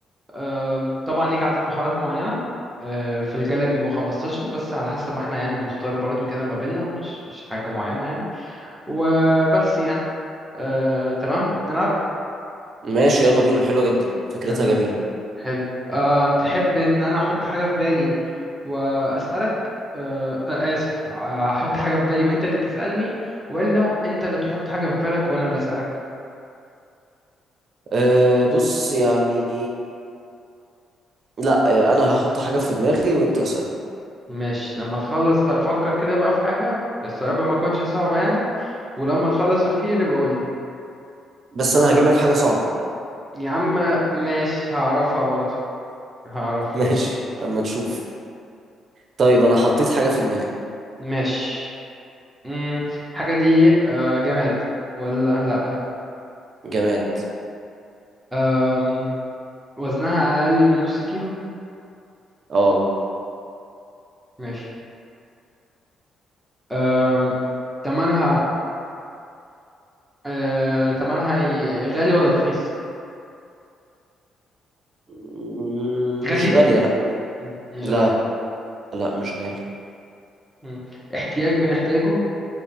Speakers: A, in the centre; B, on the right (about 45°).
A: أم، طبعا ليك عدد محاولات معينة أه، في الغالب بيبقوا 15 بس على حسب ما احنا يعني بنختار برضو كده ما بيننا مش مش حاجة معينة يعني وبس يعني أه، تمام نلعب
B: ماشي يلا بينا حلوة جدا فكرتها
A: تمام
B: جميلة
A: حلو أه، تحب ان انا احط حاجة في بالي واسألك أه، أه، اسف احط حاجة في بالي وانت اللي تسألني ولا انت اللي تحط حاجة في بالك وانا اللي اسألك
B: أه بص يعني لا أه انا هحط حاجة في دماغي وانت اسألني
A: ماشي لما تخلص طب فكر كده بقى في حاجة الصعوبة ما تكونش صعبة يعني ولما تخلص تفكيري بقول
B: بس انا هجيب لك حاجة صعبة
A: يا عم ماشي هعرفها برضو هعرف
B: <laughs> ماشي اما نشوف طيب انا حطيت حاجة في دماغي
A: ماشي مم. حاجة دي آه، جماد ولا لأ
B: جماد
A: أم، وزنها أقل من نص كيلو
B: اه
A: ماشي أم، تمنها أه، تمنها ي- غالي ولا رخيص
B: م-
A: غالي
B: مش غالية لا
A: مم، مش
B: لا
A: غالي
B: لا مش غالي
A: مم. احتياج بنحتاجه